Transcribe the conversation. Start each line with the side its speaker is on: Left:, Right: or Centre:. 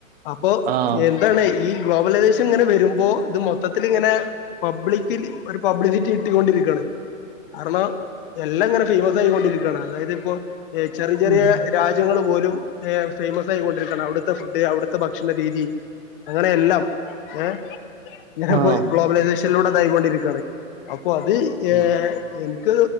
Left: അപ്പൊ
Right: ആഹ്
Left: എന്താണ് ഈ ഗ്ലോബലൈസേഷൻ ഇങ്ങനെ വരുമ്പോ ഇത് മൊത്തത്തിലിങ്ങനെ പബ്ലിക്കലി ഒരു പബ്ലിസിറ്റി കിട്ടി കൊണ്ടിരിക്കാണ്. കാരണം എല്ലാം ഇങ്ങനെ ഫേമസ് ആയിക്കൊണ്ടിരിക്കാണ് അതായത് ഇപ്പോ ചെറി ചെറിയെ
Right: ഉം
Left: രാജ്യങ്ങൾ പോലും ഏ ഫേമസ് ആയിക്കൊണ്ടിരിക്കാണ്‌ അവിടത്തെ ഫുഡ് അവിടത്തെ ഭക്ഷണരീതി. അങ്ങനെയെല്ലാം ഏഹ്. ഞൻപ്പോ
Right: ആഹ്
Left: ഗ്ലോബലൈസേഷനിലൂടെ ഇതായികൊണ്ടിരിക്കാണ് അപ്പൊ അത്
Right: ഉം
Left: ഏഹ ഇൻക്ക്